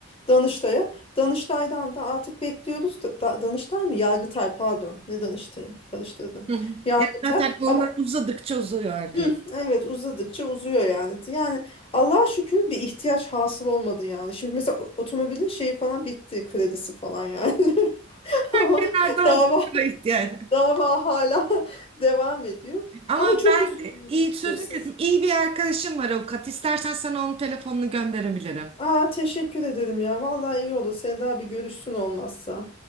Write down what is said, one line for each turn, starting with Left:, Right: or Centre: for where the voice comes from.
Left: Danıştay'a. Danıştay'dan da artık bekliyoruz. Da, da- Danıştay mı? Yargıtay pardon. Ne Danıştay'ı? Karıştırdım.
Right: Hı hı.
Left: Yargıtay.
Right: Yani zaten onlar
Left: Ama
Right: uzadıkça uzuyor arkadaşlar.
Left: hı, evet uzadıkça uzuyor yani. Yani Allah'a şükür bir ihtiyaç hasıl olmadı yani. Şimdi mesela o- otomobilin şeyi falan bitti. Kredisi falan yani. <laughs> Ama
Right: Kenarda
Left: <laughs> dava
Right: hazırlığa ihtiyaç.
Left: dava hala <laughs> devam ediyor.
Right: Ama
Left: Ama çok
Right: ben
Left: üzücü
Right: de iyi sözün
Left: işte. Siz
Right: kesimi iyi bir arkadaşım var avukat. İstersen sana onun telefonunu gönderebilirim.
Left: Aa teşekkür ederim ya. Vallahi iyi olur. Selda bir görüşsün olmazsa.